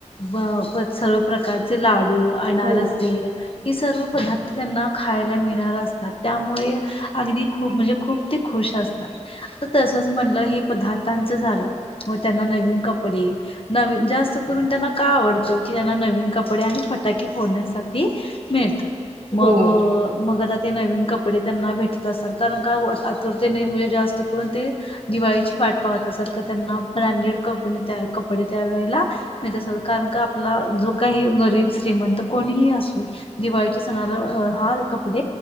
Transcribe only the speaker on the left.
व पण सर्व प्रकारचे लाडू. लाडू अनारसे
ह सर्व पदार्थ त्यांना. खायला मिळाला असतात. त्यामुळे. अगदी खूप म्हणजे खूप. ते खुश असतात. आता तसच म्हणलं हे पदार्थ. त्यांच झालं मग त्यांना नवीन कपडे नवी जास्त त्यांना का आवडतो की त्यांना नवीन कपडे आणि फटाके फोडण्यासाठी मिळतात. मग
मग आता ते नवीन कपडे त्यांना भेटत असतात कारण का आतुरतेने म्हणजे जास्त करून ते दिवाळीची वाट पाहत असाल तर, त्यांना ब्रँडेड कंपनी त्या कपडे त्या वेळेला कारण का आपला जो काही गरीब श्रीमंत कोणीही असू दिवाळीच्या सणाला हा कपड